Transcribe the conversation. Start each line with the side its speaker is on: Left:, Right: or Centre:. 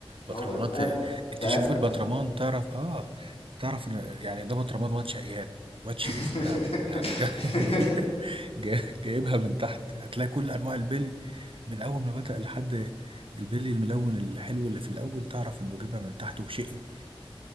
Left: هو
Right: بطرمانات
Left: ده انا
Right: إيه،
Left: ده
Right: تشوف
Left: انا ده
Right: البطرمان تعرف اه تعرف إن- يعني ده بطرمان واد شقيان واد
Left: <laughs>
Right: شقي في اللعبه يعني جا... <laughs> جا... جايبها من تحت هتلاقي كل انواع البلي من اول ما بدأ لحد البلي الملون الحلو اللي في الاول تعرف انه جايبها من تحت وشقي